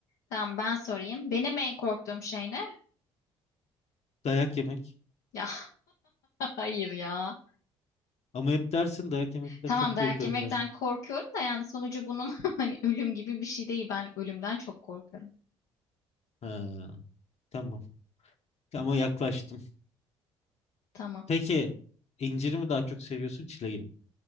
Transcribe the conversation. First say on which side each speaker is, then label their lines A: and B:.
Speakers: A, on the left; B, on the left.
A: Tamam ben sorayım. Benim en korktuğum şey ne? <laughs>
B: Dayak yemek.
A: Ya hayır ya.
B: Ama hep dersin dayak yemekten
A: Tamam
B: çok korkarım
A: dayak yemekten
B: dersin.
A: korkuyorum da yani sonucu bunun <laughs> hani ölüm gibi bir şey değil. Ben ölümden çok korkarım.
B: Ha, tamam. Ama yaklaştım.
A: Tamam.
B: Peki inciri mi daha çok seviyorsun çileği mi?